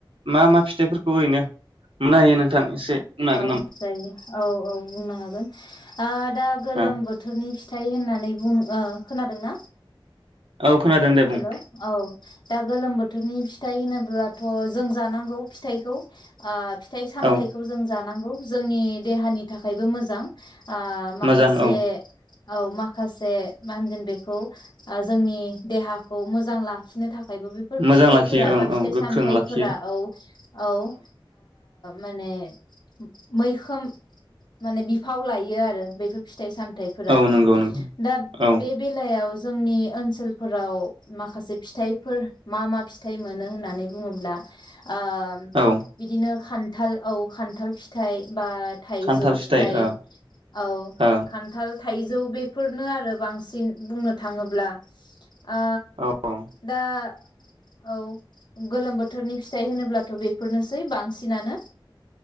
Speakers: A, on the right; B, on the left.
A: मा मा फिथाइफोरखौ ओरैनो मोननो हायो नोंथां एसे बुंनो हागोन
B: औ जायो औ औ बुंनो हागोन आरो दा
A: नामा
B: गोलोम
A: ओ
B: बोथोरनि फि थाय होननानै बुं खोनादोंना
A: औ खोनादों दे
B: हेल'
A: बुं
B: औ दा गोलोम बोथोरनि फिथाइ होनोब्लाथ जों जानांगौ फिथाइखौ आ फिथाइ-सामथायखौ
A: औ
B: जों जानां औ जोंनि देहानि थाखायबो मोजां आ माखासे
A: मोजां औ
B: औ माखासे मा होनगोन बेखौ ओ जोंनि देहाखौ मोजां लाखिनो थाख खायबो बेफोर
A: मोजां
B: फिथाइफोरा
A: लाखियो ओं
B: बा
A: औ
B: फिथाइ-सामथाइफोरा
A: गोख्रों लाखियो
B: औ औ ओ माने मैखोम माने बिफाव लायो आरो बेफोर फिथाइ-सामथ थाइ फोराबो।
A: औ नंगौ नंगौ
B: दा
A: औ
B: बे बेलायाव जोंनि ओनसोल फोराव माखासे फिथाइफोर मा मा फिथाइ मोनो होननानै बुङोब्ला आ
A: औ
B: बिदिनो खान खान्थाल औ खान्थाल फिथाइ बा थाइजौ
A: खान्थाल
B: फिथाइ
A: ओ
B: औ
A: ओ
B: खान्थाल थाइजौ बेफोरनो आरो बांसिन बुंनो थाङोब्ला ओ
A: औ औ
B: दा औ गोलोम बोथोरनि फिथाइ होनोब्लाथ' बेफोरनोसै बांसिनानो